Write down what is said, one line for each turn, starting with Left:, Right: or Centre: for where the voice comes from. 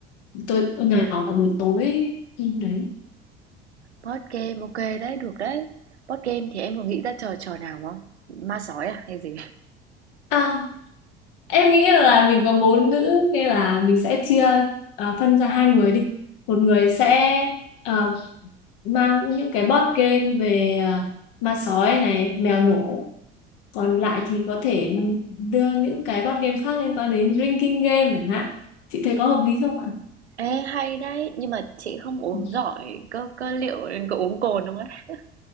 Left: tối nhỏ vào buổi tối ấy. Ừ, đấy
Right: Board game, ok đấy, được đấy. Board game thì em có nghĩ ra trò trò nào không? Ma sói à hay gì?
Left: à, em nghĩ là mình có bốn nữ nên là mình sẽ chia à, phân ra hai người đi một người sẽ à, mang những cái board game về à, ma sói này mèo nổ còn lại thì có thể đưa những cái board game khác liên quan đến drinking game chẳng hạn chị thấy có hợp lý không ạ
Right: Ê hay đấy, nhưng mà chị không uống
Left: Ừ.
Right: giỏi cơ cơ liệu có uống cồn đúng không ấy?